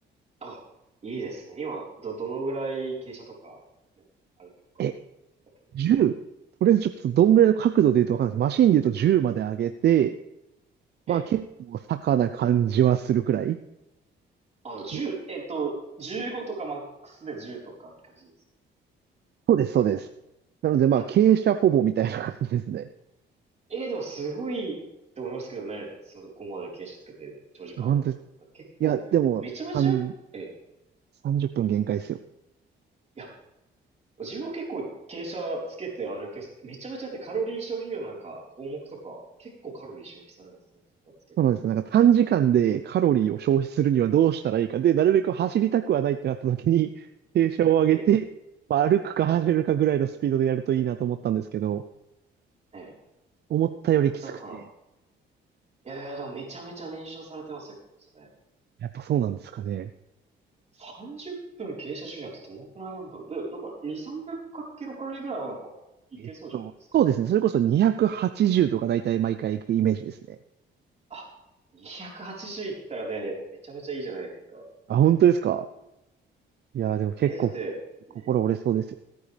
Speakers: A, on the right; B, on the right.
A: あ、いいですね。今、ど、どのぐらい傾斜とか、ね、あれとか、
B: え
A: だけど。
B: 10、とりあえずちょっとどんぐらいの角度で言うとわかんないです。マシンで言うと10まで上げて、
A: ええ。
B: まあ結構坂な感じはするくらい。
A: あの、10、
B: いや
A: えっと、15とかマックスで10とかって感じです。
B: そうです、そうです。なのでまあ傾斜ほぼみたいな感じですね。
A: あええでもすごいと思いますけどね。そこまで傾斜つけて長時間歩くのって。
B: いや本当です。
A: 結構、
B: いや、でも、
A: めちゃめちゃ、
B: あの、
A: ええ
B: 30分限界ですよ。
A: いや、自分は結構傾斜つけて歩きます。めちゃめちゃだってカロリー消費量なんか項目とか、結構カロリー消費されますね。傾つけて歩く。
B: そうなんですよ。なんか短時間でカロリーを消費するにはどうしたらいいか。で、なるべく走りたくはないってなった時に、傾斜を上げて、
A: ええ
B: まあ、歩くか走れるかぐらいのスピードでやるといいなと思ったんですけど、
A: ええ
B: 思ったよりきつくて、
A: だから、いやいや、でもめちゃめちゃ燃焼されてますよ、それ。
B: やっぱそうなんですかね。
A: 30分傾斜重視だったらどのくらいなんだろう。で、なんか2、300キロカロリーぐらいはなんかいけそうじゃないですか。
B: えっと、そうですね。それこそ280とか大体毎回行くイメージですね。
A: あ、280いったらね、めちゃめちゃいいじゃないですか。
B: あ、本当ですかいやー、でも結構
A: え、だって、ね、
B: 心折れそうですよ。